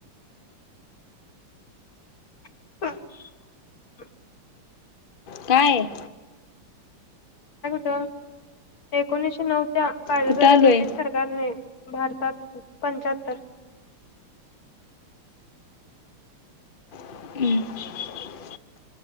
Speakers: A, on the left; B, on the left.
A: <inaudible>
B: काय?
A: काय होतं ते एकोणीशे नऊ च्या कायद्याद्वारे
B: कुठं आलोय
A: ब्रिटिश सरकारने भारतात पंचाहत्तर
B: <unintelligible>